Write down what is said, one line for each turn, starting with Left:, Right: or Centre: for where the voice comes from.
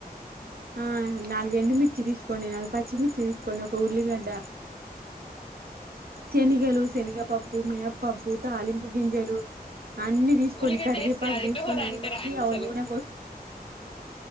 Right: ఆ నాలుగు ఎండుమిర్చి తీసుకోండి నాలుగు పచ్చిమిర్చి తీసుకోండి ఒక ఉల్లిగడ్డ శనిగలు శనగపప్పు మినప్పప్పు తాలింపు గింజలు అన్ని తీసుకోండి
Left: ఉల్లిగడ్డ
Right: కరివేపాకు
Left: వేస్తే అది
Right: తీసుకొని
Left: పులిహోర
Right: అన్ని
Left: అంటారా అండి
Right: అవ
Left: అసలు
Right: నూనె పోసు